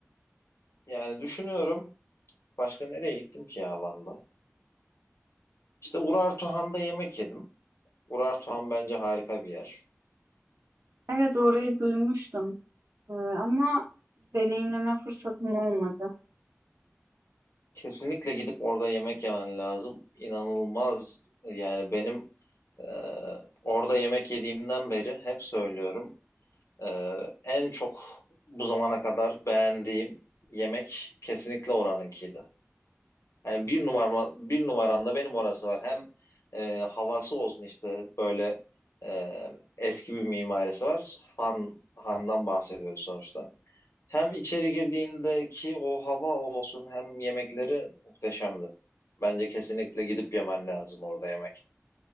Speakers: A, on the left; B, on the right.
A: yani düşünüyorum başka nereye gittim ki ya Van'da? İşte Urartuhan'da yemek yedim. Urartuhan bence harika bir yer.
B: Evet orayı duymuştum. Ee, ama deneyimleme fırsatım olmadı.
A: Kesinlikle gidip orada yemek yemen lazım. İnanılmaz yani benim ee, orada yemek yediğimden beri hep söylüyorum. Ee, en çok bu zamana kadar beğendiğim yemek kesinlikle oranınkiydi. Yani bir numarama, bir numaramda benim orası var. Hem e, havası olsun işte böyle e, eski bir mimarisi var. Han, Han'dan bahsediyoruz sonuçta. Hem içeri girdiğindeki o hava olsun hem yemekleri muhteşemdi. Bence kesinlikle gidip yemen lazım orada yemek.